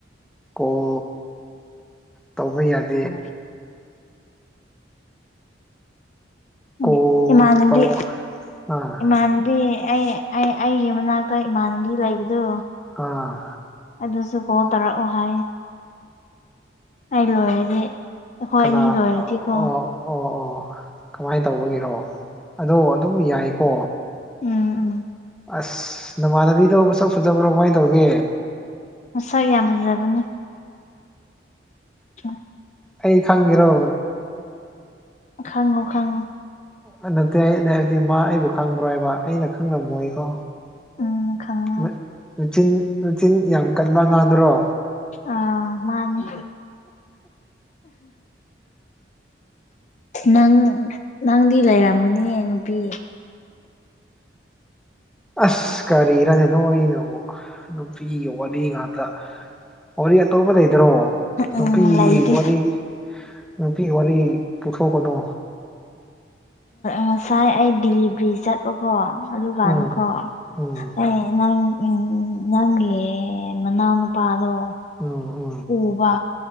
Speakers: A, in the centre; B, on the left (about 35°).
A: ꯀꯣꯜ ꯇꯧꯕ ꯌꯥꯅꯤ
B: <unintelligible> ꯎꯝ
A: ꯀꯣꯜ
B: ꯏꯃꯥꯟꯅꯕꯤ
A: ꯇꯧ ꯑꯥ
B: ꯏꯃꯥꯟꯅꯕꯤ ꯑꯩ ꯑꯩ ꯑꯩꯒꯤ ꯃꯅꯥꯛꯇ ꯏꯃꯥꯟꯅꯕꯤ ꯂꯩꯕꯗꯣ
A: ꯑꯥ
B: ꯑꯗꯨꯁꯨ ꯀꯣꯜ ꯇꯧꯔꯛꯑꯣ ꯍꯥꯏ ꯑꯩ ꯂꯣꯏꯔꯗꯤ ꯑꯩꯈꯣꯏ
A: ꯀꯅꯥ
B: ꯑꯅꯤ ꯂꯣꯏꯔꯗꯤꯀꯣ
A: ꯑꯣ ꯑꯣ ꯑꯣ ꯑꯣ ꯀꯃꯥꯏ ꯇꯧꯕꯒꯤꯔꯣ ꯑꯗꯣ ꯑꯗꯨꯝ ꯌꯥꯏꯀꯣ
B: ꯎꯝ ꯎꯝ
A: ꯑꯁ ꯅꯃꯥꯟꯅꯕꯤꯗꯣ ꯃꯁꯛ ꯐꯖꯕ꯭ꯔꯣ ꯀꯃꯥꯏ ꯇꯧꯒꯦ
B: ꯃꯁꯥ ꯌꯥꯝ ꯐꯖꯕꯅꯤ <unintelligible>
A: ꯑꯩ ꯈꯪꯒꯔꯣ
B: ꯈꯪꯉꯣ ꯈꯪꯉꯣ
A: ꯑ ꯅꯠꯇꯦ ꯑꯩꯅ ꯍꯥꯏꯗꯤ ꯃꯥ ꯑꯩꯕꯨ ꯈꯪꯕ꯭ꯔꯣ ꯍꯥꯏꯕ ꯑꯩꯅ ꯈꯪꯂꯝꯃꯣꯏꯀꯣ
B: ꯎꯝ ꯈꯪꯉꯣ
A: ꯃꯠ ꯃꯆꯤꯟ ꯃꯆꯤꯟ ꯌꯥꯝ ꯀꯟꯕ ꯉꯥꯡꯗꯨꯔꯣ
B: ꯑꯥ ꯃꯥꯅꯦ ꯅꯪ ꯅꯪꯗꯤ ꯂꯩꯔꯝꯒꯅꯤꯌꯦ ꯅꯨꯄꯤ
A: ꯑꯁ ꯀꯔꯤꯔꯅꯦ ꯅꯣꯏ ꯅꯃꯨꯛ ꯅꯨꯄꯤꯒꯤ ꯋꯥꯔꯤ ꯉꯥꯛꯇ ꯋꯥꯔꯤ ꯑꯇꯣꯞꯄ ꯂꯩꯇ꯭ꯔꯣ ꯅꯨꯄꯤꯒꯤ
B: ꯎꯝ ꯂꯩꯇꯦ
A: ꯋꯥꯔꯤ ꯅꯨꯄꯤ ꯋꯥꯔꯤ ꯄꯨꯊꯣꯛꯀꯅꯣ
B: ꯉꯁꯥꯏ ꯑꯩ ꯗꯤꯜꯂꯤꯕ꯭ꯔꯤ ꯆꯠ ꯀꯣ ꯑꯗꯨ ꯀꯥꯟꯗ
A: ꯎꯝ
B: ꯀꯣ
A: ꯎꯝ
B: ꯑꯦ ꯅꯪ ꯅꯪꯒꯤ ꯃꯅꯥꯎꯅꯨꯄꯥꯗꯣ
A: ꯑꯝ ꯑꯝ
B: ꯎꯕ